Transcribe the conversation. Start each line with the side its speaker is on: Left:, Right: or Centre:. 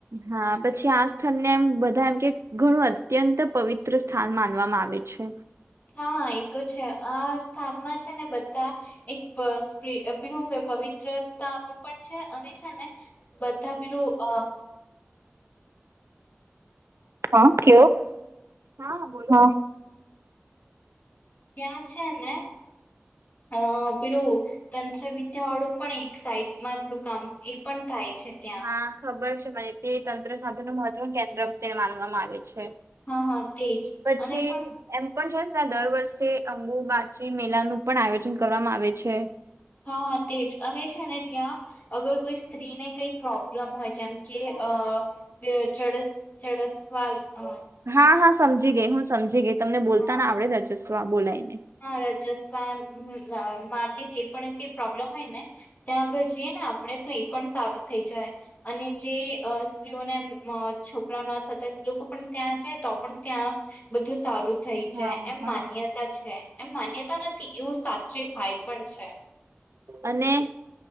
Right: હા બ પછી આ સ્થળને એમ બધામ કે ઘણું અત્યંત પવિત્ર સ્થાન માનવામાં આવે છે
Left: હા હા એ તો છે આ સ્થાનમાં છે ને બધા એક <inaudible> પેલુ શું કેય પવિત્રતા નું પણ છે અને છે ને બધા પેલું અ
Right: હા <unintelligible> હા બોલો
Left: ત્યા છે ને અ પેલું તંત્ર વિદ્યા વાળું પણ એક સાઈડમાં પેલું કામ એ પણ થાય છે ત્યાં
Right: હા ખબર તે તંત્ર સાધન નુ મહત્વ કેન્દ્ર તેને માનવામાં આવે છે
Left: હા હા તેજ
Right: પછી
Left: અને પણ
Right: એમ પન જો ને દર વર્ષે અંગુબાચી મેલા નું પણ આયોજન કરવામાં આવે છે
Left: હા હા તેજ અને છે ને ત્યાં અગર કોઈ સ્ત્રીને કઈ પ્રોબ્લેમ હોય જેમ કે અ જડસ જડસ વા અ
Right: હા હા સમજી ગઈ હું, સમજી ગઈ તમને બોલતા
Left: હા
Right: ને આવડે રજસ્વા બોલાય
Left: હા, રજસ્વામ માટે જે પણ કઈ પ્રોબ્લેમ હોય ને ત્યાં આગળ જઈએ જિયે ને આપણેે તો એ પણ સારું થઈ જાય અને જે સ્ત્રીઓને એમ અ છોકરાઓ ના થતા લોકો પણ ત્યાં જાય તો પણ ત્યાં બધું સારું થઈ
Right: હા
Left: જાય એમ
Right: હા
Left: માન્યતા છે એમ, માન્યતા નથી એવું સાચે થાય પણ છે
Right: અને,